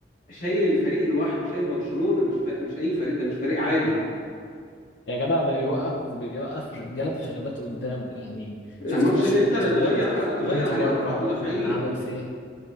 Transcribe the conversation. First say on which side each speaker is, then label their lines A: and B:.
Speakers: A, on the left (about 45°); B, on the left (about 80°).
A: شايل الفريق لوحده شايل برشلونه مش فريق مش اي فريق ده مش فريق عادي
B: يا جدع ده بيوقف بيوقف رجاله بشنبات قدامه يعني
A: ماتش
B: شفت ماتش
A: الانتر
B: الانتر
A: اتغير
B: الواد
A: اه، اتغير
B: الواد دي
A: عليه
B: ماركو
A: اربع
B: عمل
A: مدافعين
B: عمل في ايه